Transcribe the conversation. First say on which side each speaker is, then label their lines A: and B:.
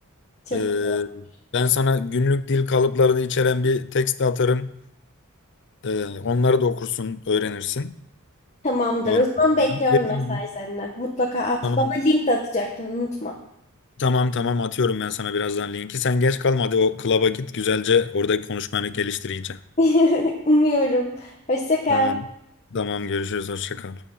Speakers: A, on the left; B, on the left.
A: Çok
B: Ee,
A: iyi. oldu.
B: ben sana günlük dil kalıplarını içeren bir tekst atarım. Ee, onları da okursun, öğrenirsin.
A: Tamamdır.
B: Ondan
A: O zaman
B: sonra
A: bekliyorum
B: dediğim
A: mesajlarını.
B: gibi-
A: Mutlaka at.
B: Tamam,
A: Bana link de atacaktın unutma.
B: tamam, tamam atıyorum ben sana birazdan linki. Sen geç kalma hadi o klaba git güzelce oradaki konuşmanı geliştireceğim.
A: <laughs> Umuyorum. Hoşça kal.
B: Tamam, tamam görüşürüz, hoşça kal.